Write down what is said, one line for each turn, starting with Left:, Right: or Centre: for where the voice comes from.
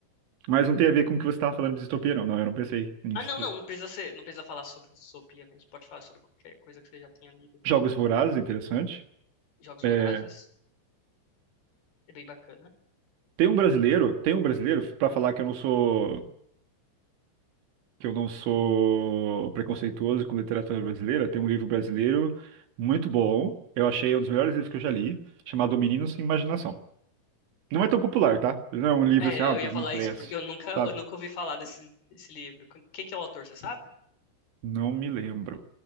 Right: Mas não tem a ver com o que você estava falando de distopia, não. Não, eu não pensei nisso.
Left: Ah, não, não, não precisa ser, não precisa falar sobre distopia mesmo. Pode falar sobre qualquer coisa que você já tenha lido.
Right: Jogos Vorazes, interessante.
Left: Jogos
Right: É,
Left: Vorazes é bem bacana.
Right: tem um brasileiro, tem um brasileiro, para falar que eu não sou que eu não sou preconceituoso com literatura brasileira, tem um livro brasileiro muito bom. Eu achei um dos melhores livros que eu já li, chamado O Menino Sem Imaginação. Não é tão popular, tá? Não é um livro
Left: É,
Right: assim, ah,
Left: eu
Right: todo
Left: ia falar
Right: mundo conhece,
Left: isso porque eu nunca, eu
Right: sabe?
Left: nunca ouvi falar desse, desse livro. Quem que é o autor, você sabe?
Right: Não me lembro.